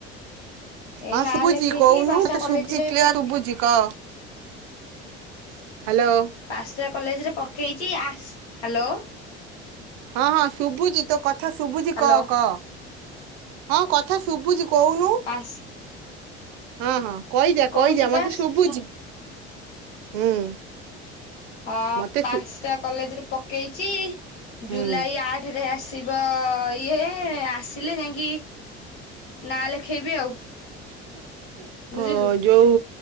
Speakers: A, on the left; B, on the right.
A: ଏଇ
B: ହଁ
A: ନାଁ
B: ଶୁଭୁଚି
A: ଲେଖେଇଛି
B: କହୁନୁ
A: ପାଞ୍ଚଟା
B: ମତେ
A: କଲେଜରେ
B: ଶୁଭୁଚି କ୍ଲିୟର
A: ପକ୍
B: ଶୁଭୁଚି। କ ହ୍ୟାଲୋ।
A: ପାସଟା କଲେଜ୍ ରେ ପକେଇଚି ଆସ୍ ହ୍ୟାଲୋ।
B: ହଁ ହଁ ଶୁଭୁଚି ତୋ କଥା ଶୁଭୁଚି
A: ହ୍ୟାଲୋ।
B: କ କ? ହଁ କଥା ଶୁଭୁଚି କଉନୁ।
A: ପାସ୍
B: ହଁ ହଁ କଇଜା
A: କୋଉ
B: କଇଜା
A: ଯିବା
B: ମତେ
A: ଶୁଁ
B: ଶୁଭୁଚି ହୁଁ।
A: ହଁ
B: ମତେ
A: ପାଞ୍ଚଟା
B: ଶୁ
A: କଲେଜ୍ ରେ ପକେଇଚି
B: ହୁଁ
A: ଜୁଲାଇ ଆ ଆଠାରେ ଆସିବ ଇଏ ଆସିଲେ ଯାଇକି ନାଁ ଲେଖେଇବି ଆଉ।
B: <inaudible>
A: ବୁଝିଲୁ
B: ଓ ଯୋଉ